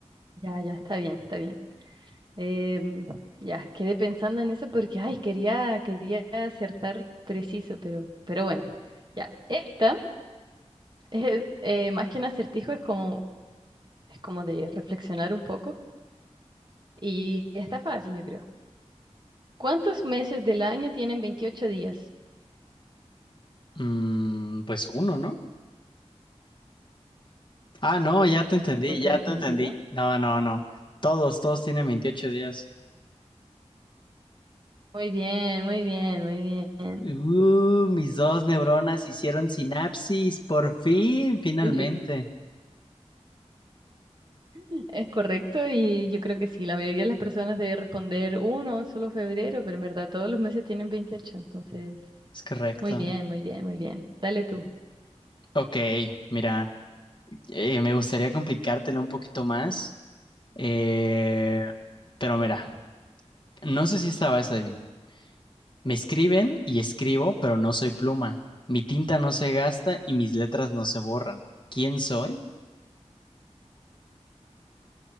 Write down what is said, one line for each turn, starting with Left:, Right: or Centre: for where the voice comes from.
Right: Ya, ya, está bien, está bien. Em, ya, quedé pensando en eso porque, ay, quería, quería acertar preciso, pero, pero bueno. Ya, esta es, eh, más que un acertijo, es como, es como de reflexionar un poco. Y está fácil, yo creo. ¿Cuántos meses del año tienen 28 días?
Left: Mm, pues uno, ¿no? Ah, no, ya te entendí,
Right: Respuesta
Left: ya
Right: definitiva.
Left: te entendí. No, no, no. Todos, todos tienen veintiocho días.
Right: Muy bien, muy bien, muy bien.
Left: Uh, mis dos neuronas hicieron sinapsis, por fin, finalmente.
Right: Sí, sí. <laughs> Es correcto y yo creo que sí, la mayoría de las personas debe responder uno, solo febrero, pero en verdad todos los meses tienen 28 entonces,
Left: Es correcto.
Right: muy bien, muy bien, muy bien. Dale tú.
Left: Ok, mira, eh, me gustaría complicártela un poquito más, eh, pero mira, no sé si esta la vas a adivinar. Me escriben y escribo, pero no soy pluma. Mi tinta no se gasta y mis letras no se borran. ¿Quién soy?